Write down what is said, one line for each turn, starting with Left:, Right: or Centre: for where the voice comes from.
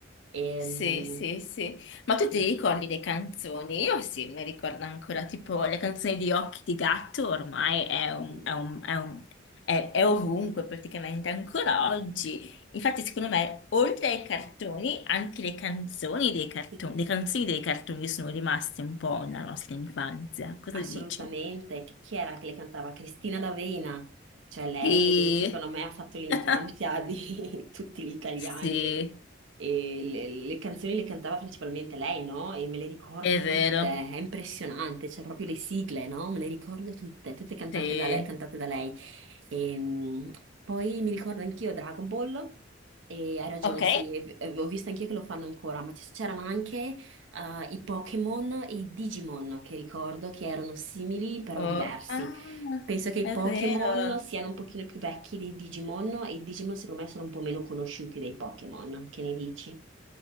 Right: Ehm,
Left: Sì, sì, sì. Ma
Right: sì,
Left: tu ti ricordi le canzoni? Io sì, mi ricordo ancora, tipo le canzoni di Occhi di Gatto ormai è, un-
Right: sì,
Left: è un- è un- è- è ovunque praticamente, ancora oggi. Infatti, secondo me, oltre ai cartoni, anche le canzoni dei cartoni,
Right: sì,
Left: le canzoni dei cartoni sono rimaste un po' nella nostra infanzia. Cosa
Right: assolutamente.
Left: dici?
Right: Chi chi era che le cantava? Cristina D'Avena. Cioè lei,
Left: Sì.
Right: secondo me, ha fatto l'infanzia
Left: <laughs>
Right: di <laughs> tutti gli italiani.
Left: Sì,
Right: e le, le canzoni le cantava principalmente lei, no? E me le ricordo
Left: è vero.
Right: tutte, è impressionante, cioè proprio le sigle, no? Me le ricordo tutte, tutte cantate
Left: Sì.
Right: da lei, cantate da lei. Ehm, poi mi ricordo anch'io Dragon Ball, e hai ragione,
Left: Ok?
Right: sì, e- e ho visto anch'io che lo fanno ancora, ma c- c'erano anche eh, i Pokémon e i Digimon, che ricordo che erano simili però
Left: Oh,
Right: diversi.
Left: ah,
Right: Penso che i
Left: è
Right: Pokémon
Left: vero.
Right: siano un pochino più vecchi dei Digimon e i Digimon secondo me sono un po' meno conosciuti dei Pokémon, che ne dici?